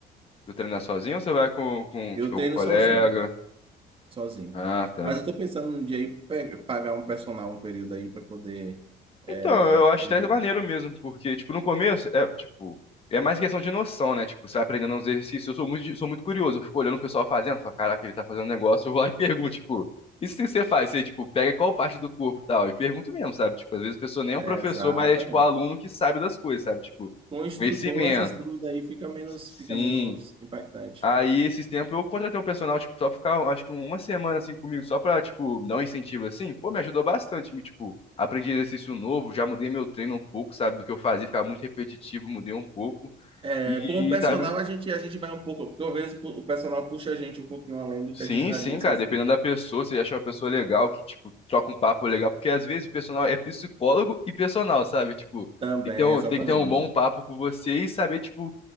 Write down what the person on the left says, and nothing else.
Tu treina sozinho ou você vai com, com,
tipo,
algum colega?
Ah, tá.
Então, eu acho
até maneiro mesmo, porque, tipo, no começo, é, tipo, é mais questão de noção, né? Tipo, você vai aprendendo uns exercícios. Eu sou muito, de- sou muito curioso, eu fico olhando o pessoal fazendo, falo, caraca, ele tá fazendo um negócio, eu vou lá e <laughs> pergunto, tipo, isso que você faz? Você, tipo, pega qual parte do corpo e tal, e pergunto mesmo, sabe? Tipo, às vezes a pessoa nem é um
professor,
mas é, tipo, aluno que sabe das coisas, sabe? Tipo,
conhecimento.
Sim.
Aí, esses tempos, eu contratei um personal, tipo, só pra ficar, acho que uma semana, assim, comigo, só pra, tipo, dar um incentivo, assim. Pô, me ajudou bastante, me, tipo, aprendi exercício novo, já mudei meu treino um pouco, sabe, do que eu fazia, ficava muito repetitivo, mudei um pouco.
E,
tá...
Sim,
sim, cara,
dependendo da pessoa, você acha uma pessoa legal, que, tipo, troca um papo legal, porque às vezes o personal é psicólogo e personal, sabe, tipo...
Tem que ter um,
tem que ter um bom papo com você e saber, tipo,